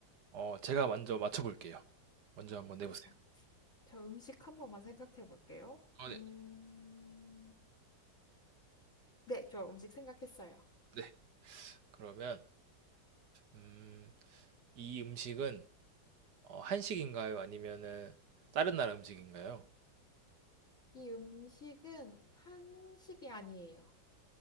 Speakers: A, on the right (about 65°); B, on the left (about 45°).
A: 어, 제가 먼저 맞춰볼게요. 먼저 한번 내보세요.
B: 네, 자, 저 음식 한 번만 생각해 볼게요.
A: 아
B: 음,
A: 네.
B: 네, 저 음식 생각했어요.
A: 네. 그러면 음, 이 음식은 어, 한식인가요? 아니면은 다른 나라 음식인가요?
B: 이 음식은 한식이 아니에요.